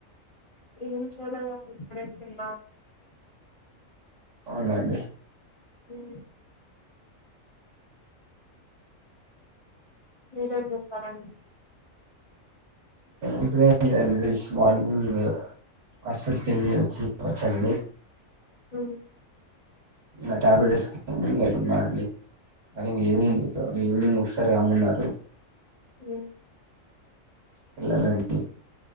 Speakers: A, on the left; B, on the right.
A: ఏం చూడాలండి ఇక్కడే తిన్నాను
B: అవునండి
A: ఉహు మీరం చేస్తారండి
B: ఇప్పుడే మార్నింగ్ హాస్పిటల్కి వెళ్ళి వచ్చి వచ్చానండి
A: ఉ
B: నా టాబ్లెట్ ఇంన్నాండి అది ఇం ఈవినింగ్ ఈవినింగ్ ఒకసారి రమ్మన్నారు
A: హు
B: పిల్లలండి